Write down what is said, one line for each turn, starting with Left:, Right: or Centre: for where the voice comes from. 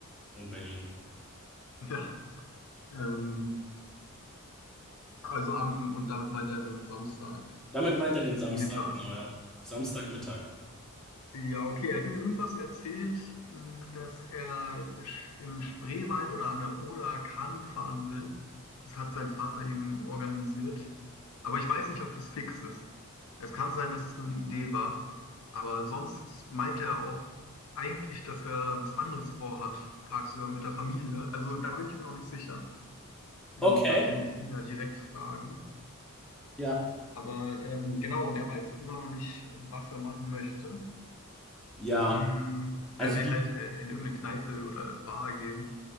Centre: in Berlin.
Left: Ja. Ähm, also am, und damit meint er dann Samstag
Centre: Damit meint er den Samstag,
Left: Mittag.
Centre: genau, ja. Samstagmittag.
Left: Ja, okay. Er hat mir irgendwas erzählt, m, dass er sch- im Spreewald oder an der Oder Kanu fahren will. Das hat sein Vater ihm organisiert. Aber ich weiß nicht, ob das fix ist. Es kann sein, dass es nur eine Idee war. Aber sonst meinte er auch eigentlich, dass er was anderes vorhat, tagsüber mit der Familie. Also da bin ich mir noch nicht sicher. Ähm,
Centre: Okay.
Left: da können wir ihn Okay. ja direkt fragen.
Centre: Ja.
Left: Aber ähm, genau, und er weiß immer noch nicht, was er machen möchte.
Centre: Ja.
Left: Mm,
Centre: Also
Left: er will
Centre: wie,
Left: halt äh, in irgendeine Kneipe oder Bar gehen,